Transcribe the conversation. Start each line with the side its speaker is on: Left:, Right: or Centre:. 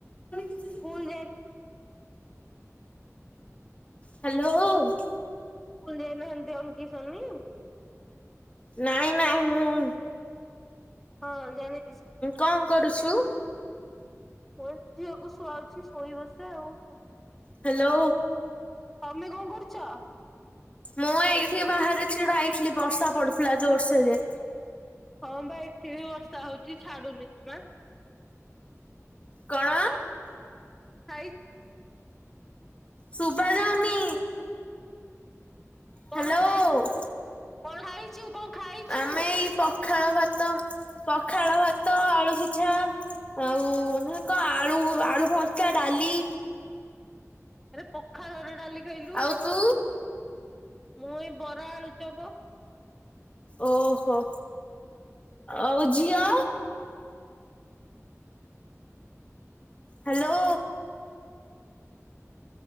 Left: ଶୁଭୁିନି।
Centre: ସ୍କୁଲ ଯାଇ
Left: ହ୍ୟାଲୋ।
Centre: ସ୍କୁଲ ଯାଇନାହାନ୍ତି ଅଙ୍କି ସୋନି?
Left: ନାଇଁ ନାଇଁ ମୁଁ,
Centre: ହଁ ଜାଣିଛି
Left: କଣ କରୁଛୁ?
Centre: ମ ଝିଅକୁ ଶୁଆଉଛି ଶୋଇବ ସେ ଆଉ।
Left: ହ୍ୟାଲୋ।
Centre: ତମେ କଣ କରୁଛ?
Left: ମୁଁ ଏଇଠି ବାହାରେ ଛିଡା ହେଇଥିଲି ବର୍ଷା ପଡୁଥିଲା ଜୋରସୋରେ।
Centre: ହଁ ବା ଏଠି ବି ବର୍ଷା ହଉଛି ଛାଡୁନି ଜମା।
Left: କଣ
Centre: <unintelligible> ସାଇ।
Left: ଶୁଭା ଯାଉନି।
Centre: କଣ
Left: ହ୍ୟାଲୋ।
Centre: ଖାଇ କଣ ହେଇଛୁ କଣ? ଖାଇଛୁ?
Left: ଆମେ ଏଇ ପଖାଳ ଭାତ, ପଖାଳ ଭାତ, ଅଳୁ ସିଝା। ଆଉ କଣ ଆଳୁ ଆଳୁ ଭର୍ତା, ଡାଲି।
Centre: ଆରେ ପଖାଳ ରେ ଡାଲି ଖାଇଲୁ
Left: ଆଉ
Centre: ନା
Left: ତୁ
Centre: ଗର ମୁଁ ଏଇ ବରା, ଆଳୁ ଚପ।
Left: ଓହୋ ଆଉ ଝିଅ? ହ୍ୟାଲୋ।